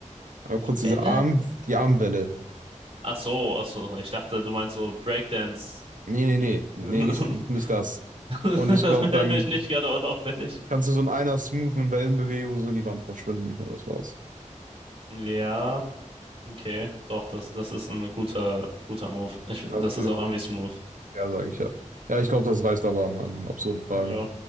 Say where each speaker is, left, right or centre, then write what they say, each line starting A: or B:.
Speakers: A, on the right; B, on the right.
A: Aber kurz
B: Die
A: diese
B: Welle?
A: Arm, die Armwelle.
B: Ach so, ach so, ich dachte, du meinst so Breakdance.
A: Nee, nee, nee,
B: Äh,
A: nee,
B: <laughs>
A: nicht, nicht das.
B: Das
A: Und ich glaube,
B: wäre
A: dann
B: nämlich nicht gerade unauffällig.
A: kannst du so in einer smoothen Wellenbewegung so in die Wand verschwinden und das war's.
B: Ja, okay, doch, das, das ist ein guter, guter Move. Ich, das
A: Okay.
B: ist auch irgendwie smooth.
A: Ja, sage ich ja. Ja, ich glaube, das reicht aber an, an absurden Fragen.
B: Ja.